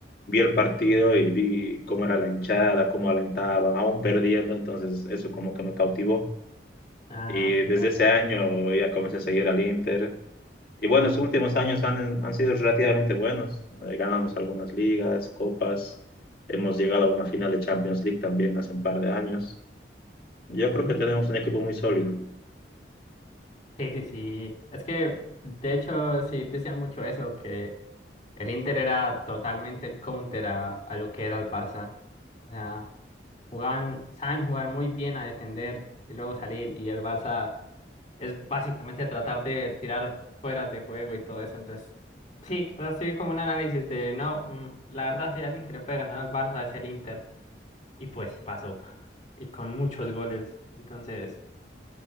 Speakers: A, on the left (about 55°); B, on the left (about 40°).
A: vi el partido y vi cómo era la hinchada, cómo alentaban, aún perdiendo, entonces eso como que me cautivó.
B: Ah,
A: Y
B: ok,
A: desde
B: dale.
A: ese año ya comencé a seguir al Inter. Y bueno, los últimos años han, han sido relativamente buenos. Eh, Ganamos algunas ligas, copas, hemos llegado a una final de Champions League también hace un par de años. Yo creo
B: Mm,
A: que tenemos un equipo muy sólido.
B: Sí, sí, sí. Es que, de hecho, sí decían mucho eso, que el Inter era totalmente el counter a, a lo que era el Barça. O sea, Jugaban, saben jugar muy bien a defender y luego salir. Y el Barça es básicamente tratar de tirar fuera de juego y todo eso. Entonces, sí, o sea, sí, como un análisis de no, mm, la verdad, si hay alguien que le puede ganar al Barça es el Inter. Y pues sí pasó. <laughs> Y con muchos goles. Entonces,